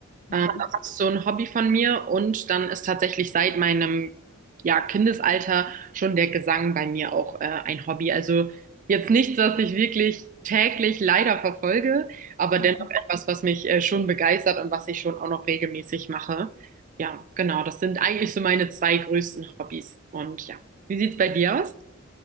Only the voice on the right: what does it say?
Ähm, das ist so ein Hobby von mir und dann ist tatsächlich seit meinem ja, Kindesalter schon der Gesang bei mir auch äh, ein Hobby. Also jetzt nichts, was ich wirklich täglich leider verfolge,
aber
dennoch etwas, was mich äh, schon begeistert und was ich schon auch noch regelmäßig mache. Ja, genau, das sind eigentlich so meine zwei größten Hobbys. Und ja, wie sieht's bei dir aus?